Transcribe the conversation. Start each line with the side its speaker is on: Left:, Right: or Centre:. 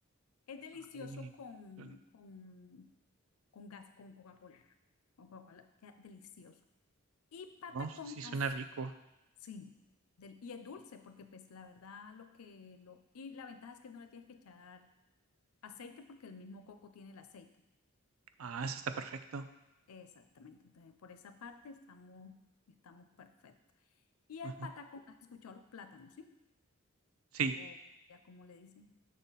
Left: Es delicioso
Right: Ay,
Left: con,
Right: suen
Left: con, con gas, con Coca-Cola. Con Coca-Cola, queda delicioso. Y patacón,
Right: no, sí
Left: as-
Right: suena rico.
Left: sí, del- y es dulce porque pues la verdad lo que lo... Y la ventaja es que no le tienes que echar aceite porque el mismo coco tiene el aceite.
Right: Ah, eso está perfecto.
Left: Exactamente. Entonces, por esa parte estamos, estamos perfectos. Y el
Right: Ujú.
Left: patacón, ¿has escuchado los plátanos, sí?
Right: Sí.
Left: O ya como le dicen.